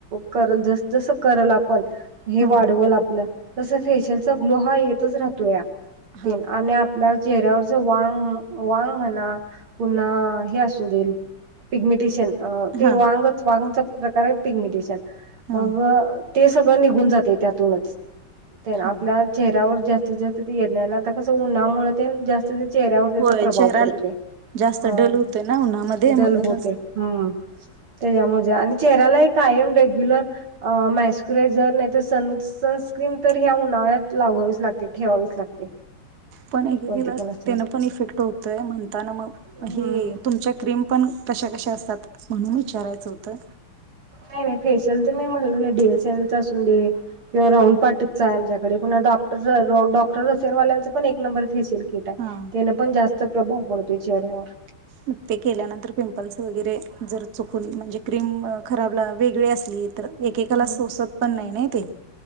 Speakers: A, on the right; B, on the right.
A: करल. जस जसं करल आपण हे
B: हा
A: वाढवल आपलं. जस फेशियलचा ग्लो हा येतच राहतोया
B: हा
A: तेनं आणि आप आपल्या चेहऱ्यावरच वांग, वांग म्हणा पुन्हा हे असू देल पिग्मिटेशन अ ते
B: हा
A: वांगच वांग प्रकार ये पिग्मिटेशन
B: हा
A: मग ते सगळं निघून जातय. त्यातूनच तेनं
B: हा
A: आपल्या चेहऱ्यावर जास्तीत जास्त ते येत नाय. आणि आता कसं उन्हामुळ तेनं जास्ती चेहऱ्यावर त्याचा
B: होय
A: प्रभाव
B: चेहरा
A: पडतोय.
B: जास्त
A: हा,
B: डल होतोय ना उन्हामध्ये
A: डल
B: म्हणूनच
A: होतय. हम्म त्याज्यामध्ये आणि चेहर्‍याला ही कायम, रेग्युलर म्यास्कुरायजर नाय त सण सण क्रीम तर ह्या उन्हाळ्यात लावावीच लागते. ठेवावीच लागते.
B: पण एकेकीला
A: कोणती पण असेल
B: तेन पण इफेक्ट होतोय. म्हणताना मग
A: हम्म
B: हे तुमच्या क्रीम पण कशा कशा असतात म्हणून विचारायचं होतं.
A: नाय नाय फेशियलच तुम्ही म्हणल ना, डी एस एन एल च असून दे किंवा राहूल
B: हा
A: पाटी चालज्याकडे पुन्हा डॉक्टर, डॉक्टर रसेलवाल्यांच पण एक नंबर फेसियल <unintelligible> हाय त्यानं
B: हा
A: पण जास्त प्रभाव पडतोय चेहऱ्यावर
B: म ते केल्यानंतर पिंपल्स वगैरे जर चुकून म्हणजे, क्रीम खराबला वेगळी असली, तर एकेकाला
A: नाही
B: सोसत पण नाही नाय ते.